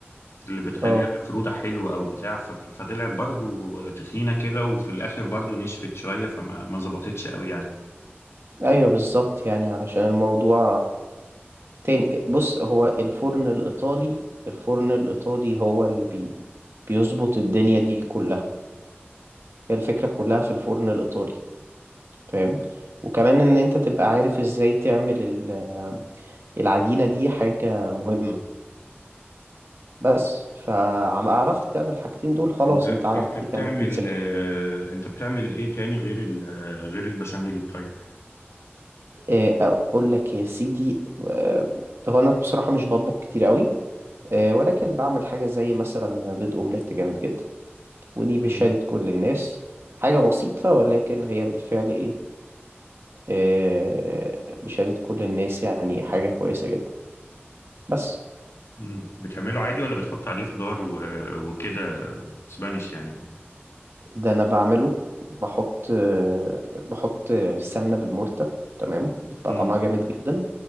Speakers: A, on the left (about 80°); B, on the right (about 65°).
A: اللي بتخليها
B: اه
A: مفرودة حلوة أو بتاع ف... فطلعت برضو تخينة كده وفي الآخر برضو نشفت شوية فما ما ظبطتش قوي يعني
B: ايوه بالظبط يعني علشان الموضوع تاني بص هو الفرن الإيطالي الفرن الإيطالي هو اللي بي بيظبط الدنيا دي كلها هي الفكرة كلها في الفرن الإيطالي فاهم وكمان إن أنت تبقى عارف إزاي تعمل ال- العجينة دي حاجة مهمة بس فعرفت تعمل الحاجتين دول خلاص
A: أنت
B: أنت عرفت
A: أنت بتعمل
B: تعمل بيتزا كمان
A: آه، أنت بتعمل إيه تاني غير ال... آه، غير البشاميل طيب؟
B: إيه، أقول لك يا سيدي آه، هو أنا بصراحة مش بطبخ كتير قوي آه، ولكن بعمل حاجة زي مثلا بيض أومليت جامد جدا ودي بشهادة
A: مم.
B: كل الناس حاجة بسيطة ولكن هي بالفعل إيه آه، بشهادة كل الناس يعني حاجة كويسة جدا بس
A: مم. بتعمله عادي ولا بتحط عليه خضار و... وكده سبانيش يعني
B: ده أنا بعمله بحط آه، بحط السمنة بالمرتة تمام بتبقى
A: مم.
B: طعمها جامد جدا